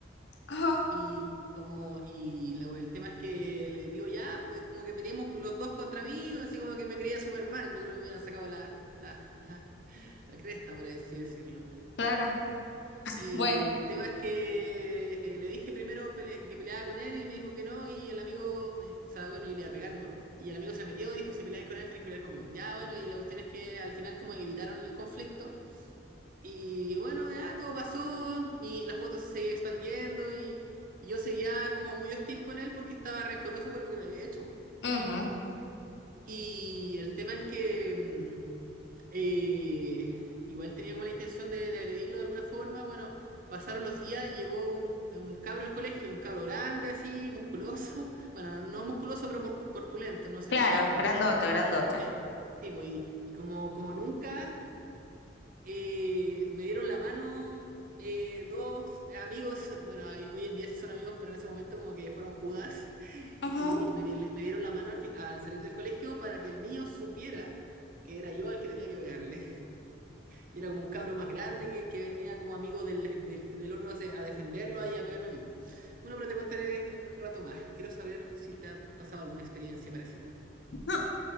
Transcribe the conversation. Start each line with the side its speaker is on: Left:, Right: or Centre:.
Left: Ajá,
Right: Y como, y lo- el tema es que le digo, ya, pues, como que peleemos los dos contra mí, así como que me creía Superman. Yo creo que me han sacado la, la, <laughs> la, la cresta, por así decirlo.
Left: claro.
Right: Y
Left: Bueno,
Right: el tema es que eh, le dije primero pele- que peleaba con él y me dijo que no, y el amigo, eh, o sea, bueno, yo le iba a pegar, ¿no? Y el amigo se metió, dijo, si peleáis con él, tenéis que pelear conmigo. Ya, bueno, y la cuestión es que al final como evitaron el conflicto. Y bueno, ya todo pasó, mi, la foto se seguía expandiendo y, y yo seguía como muy hostil con él porque estaba rencoroso por lo que me había hecho.
Left: Ujú.
Right: Y el tema es que mm, eh, igual tenía como la intención de, de agredirlo de alguna forma. Bueno, pasaron los días y llegó un, un cabro al colegio, un cabro grande así, musculoso. <laughs> Bueno, no, no musculoso, pero por- corpulento, no se
Left: Claro,
Right: le veían los músculos.
Left: grandote, grandote.
Right: Y me- sí, pues, y, y como, como nunca eh, me dieron la mano eh, dos amigos, bueno, hoy hoy en día sí son amigos, pero en ese momento como que fueron Judas,
Left: ajá.
Right: y me, le- me dieron la mano al, fi- al salir del colegio para que el niño supiera que era yo el que tenía que pegarle. Y era como un cabro más grande que, que venía como amigo del, del, del otro a, se- a defenderlo y a pegarme a mí. Bueno, pero te contaré en un rato más. Quiero saber si te ha pasado alguna experiencia parecida.
Left: <laughs>